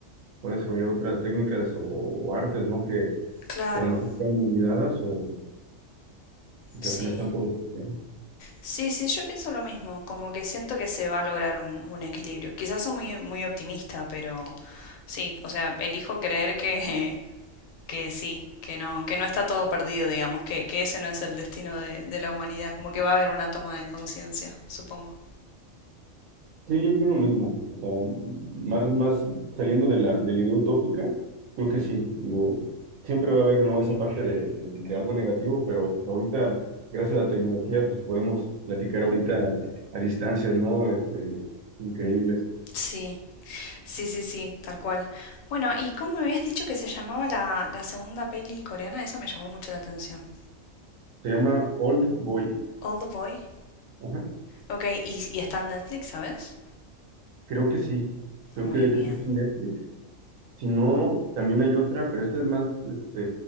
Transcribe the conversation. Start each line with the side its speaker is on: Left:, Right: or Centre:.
Right: pueda desarrollar otras técnicas o artes, ¿no? Que,
Left: Claro,
Right: que a lo mejor están olvidadas o
Left: sí.
Right: que apenas están por estudiar.
Left: Sí, sí, yo pienso lo mismo, como que siento que se va a lograr un, un equilibrio. Quizás soy muy, muy optimista, pero sí, o sea, elijo creer que, <laughs> que sí, que no, que no está todo perdido, digamos, que, que ese no es el destino de, de la humanidad, como que va a haber una toma de conciencia, supongo.
Right: Sí, yo creo lo mismo. O sea, más, más saliendo de la, de la idea utópica, creo que sí. Digo, siempre va a haber, ¿no? Esa parte de, de- de algo negativo, pero pues ahorita, gracias a la tecnología, pues podemos platicar ahorita a, a distancias, ¿no? Este, increíbles.
Left: Sí, sí, sí, sí, tal cual. Bueno, ¿y cómo me habías dicho que se llamaba la, la segunda peli coreana? Esa me llamó mucho la atención.
Right: Se llama Old Boy.
Left: Old Boy.
Right: Ajá,
Left: Ok, y, y está en Netflix, ¿sabes?
Right: creo que sí. Creo
Left: Muy
Right: que,
Left: bien.
Right: creo que está en Netflix. Si no, también hay otra, pero esta es más, este,